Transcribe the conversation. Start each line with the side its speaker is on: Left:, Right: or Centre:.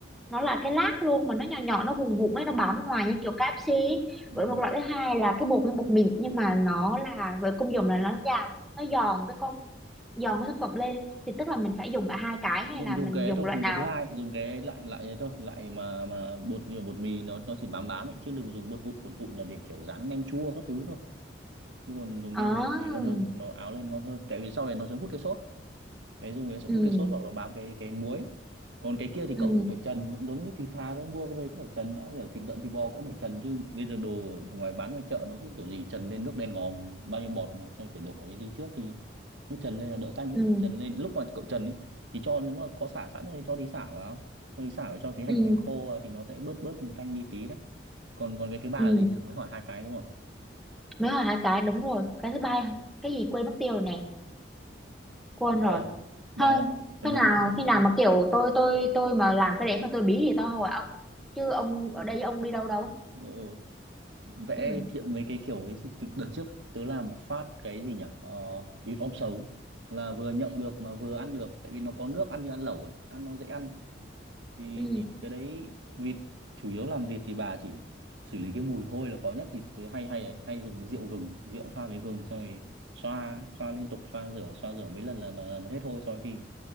Centre: nó là cái lát luôn mà nó nhỏ nhỏ nó vùng vụng ấy nó bám ngoài như kiểu KFC ấy.
Right: ừ.
Centre: với một loại thứ hai là cái bột như bột mịn nhưng mà nó là với công dụng là nó giảm nó giòn cái con giòn với thực phẩm lên thì tức là mình phải dùng cả hai cái hay
Right: dùng
Centre: là
Right: dùng
Centre: mình
Right: cái
Centre: dùng
Right: ấy thôi
Centre: loại
Right: dùng
Centre: nào
Right: cái thứ hai dùng cái loại loại ấy thôi loại mà mà bột như bột mì nó nó chỉ bám bám ấy chứ đừng dùng bột vụn bột vụn là để kiểu rán nem chua các thứ thôi chứ còn dùng
Centre: à,
Right: kia dùng bột mì ngon hơn nó áo lên ngon hơn tại vì sau này nó sẽ hút cái sốt cái dùng này sẽ
Centre: ừ
Right: hút cái sốt hoặc là bám cái cái muối còn cái kia thì
Centre: ừ
Right: cậu cũng phải trần cũng giống như thịt thà đó mua về cũng phải trần đã kiểu thịt lợn thịt bò cũng phải trần chứ bây giờ đồ ở ngoài bán ngoài chợ nó cứ kiểu gì trần lên nước đen ngòm bao nhiêu bọt mà xong rồi phải đổ đi đi trước thì nó trần lên là đỡ tanh
Centre: ừ
Right: đấy trần lên lúc mà cậu trần ấy thì cho nếu mà có sả sẵn thì cho tí sả vào cho tí sả và cho tí hành
Centre: ừ
Right: hành khô vào thì nó sẽ bớt bớt mùi tanh đi tí đấy còn còn cái thứ ba
Centre: ừ
Right: là gì nhỉ mới hỏi hai cái đúng không
Centre: mới là hai cái đúng rồi cái thứ ba cái gì quên mất tiêu rồi nè quên rồi
Right: ở mà
Centre: thôi
Right: mình mình
Centre: khi
Right: nấu
Centre: nào
Right: món này nhé
Centre: khi nào mà kiểu tôi tôi tôi mà làm cái để mà tôi bí thì tôi hỏi ông chứ ông ở đây ông đi đâu đâu
Right: ừ, vẽ
Centre: ừ
Right: kiểu mấy cái kiểu ấy chứ từ- đợt trước tớ làm một phát cái gì nhỉ ờ, vịt om sấu là vừa nhậu được mà vừa ăn được tại vì nó có nước ăn như ăn lẩu ấy ăn nó dễ ăn thì,
Centre: ừ
Right: thì cái đấy vịt chủ yếu làm vịt thì bà chỉ xử lý cái mùi hôi là khó nhất thì tớ hay hay ấy hay dùng rượu gừng rượu pha với gừng xong rồi xoa xoa liên tục xoa rửa xoa rửa mấy lần là, là, là hết hôi xong rồi thì